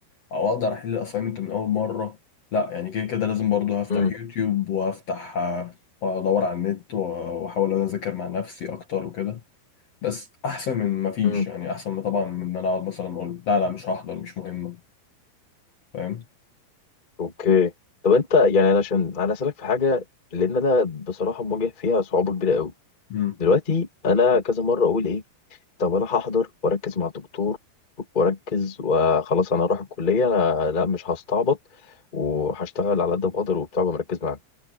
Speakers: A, on the left (about 50°); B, on the left (about 15°).
A: او اقدر احل الاساينمنت من اول مره لا يعني كده كده لازم برضو هفتح
B: مم.
A: يوتيوب وافتح آه، وادور على النت و- واحاول انا اذاكر مع نفسي اكتر وكده بس احسن من ما فيش
B: مم.
A: يعني احسن من طبعا من ان انا اقعد مثلا اقول لا لا مش هحضر مش مهمه فاهم
B: اوكي طب انت يعني انا عشان انا اسالك في حاجه لان انا بصراحه مواجه فيها صعوبه كبيره قوي
A: امم
B: دلوقتي انا كذا مره اقول ايه طب انا هحضر واركز مع الدكتور واركز وخلاص انا هروح الكليه لا, لا مش هستعبط وهشتغل على قد ما اقدر وبتاع ومركز معاه